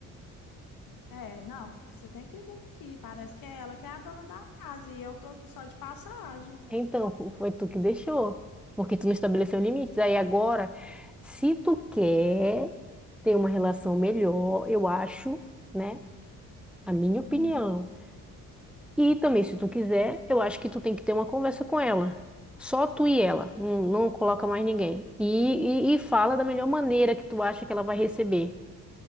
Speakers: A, on the left; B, in the centre.
A: É, é, não, você tem que vir aqui. Parece que é ela que é a dona da casa e eu tô aqui só de passagem.
B: Então, fo- foi tu que deixou. Porque tu não estabeleceu limites. Aí agora, se tu quer ter uma relação melhor, eu acho, né? A minha opinião.
A: Hum,
B: E também, se tu quiser, eu acho que tu tem que ter uma conversa com ela. Só tu e ela, não, não coloca mais ninguém. E, e, e fala da melhor maneira que tu acha que ela vai receber.